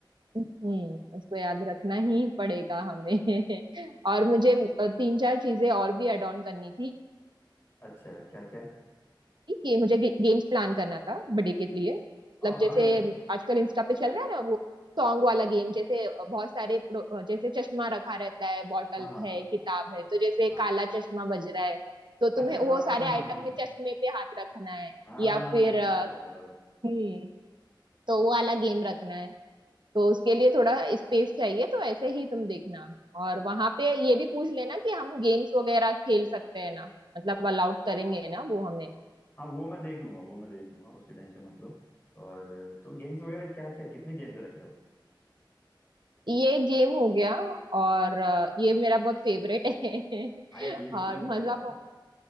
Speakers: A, on the right; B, on the left.
A: हम्म उसको याद रखना ही पड़ेगा हमें <laughs> और मुझे अ, तीन चार चीजें और भी ऐड ऑन करनी थी
B: अच्छा क्या क्या है
A: ये मुझे गे, गेम्स प्लान करना था बर्थडे के लिए मतलब
B: आ, हाँ
A: जैसे
B: यार
A: आजकल इंस्टा पे चल रहा है ना वो सॉन्ग वाला गेम जैसे बहुत सारे प्रो- जैसे चश्मा रखा रहता है बॉटल
B: हाँ हाँ हाँ
A: है किताब है तो जैसे
B: हाँ
A: काला चश्मा बज रहा है तो
B: अच्छा
A: तुम्हें वो
B: हाँ
A: सारे
B: हाँ
A: आइटम
B: हाँ
A: में चश्मे पे हाथ रखना है
B: हाँ
A: या
B: हाँ,
A: फिर
B: हाँ,
A: अ,
B: बराबर बराबर
A: हम्म तो वो वाला गेम रखना है तो उसके लिए थोड़ा स्पेस चाहिए तो ऐसे ही तुम देखना और वहां पे ये भी पूछ लेना कि हम गेम्स वगैरह खेल सकते हैं ना मतलब अलाउड करेंगे ना वो हमें
B: हाँ वो मैं देख लूंगा वो मैं देख लूंगा उसकी टेंशन मतलब और तो गेम्स वगैरह क्या क्या कितने गेम्स रख रहे हो
A: ये गेम हो गया और अ, ये मेरा बहुत फेवरेट है <laughs>
B: हाँ यार ये मुझे
A: और
B: भी
A: मजा
B: पसंद आया
A: बहुत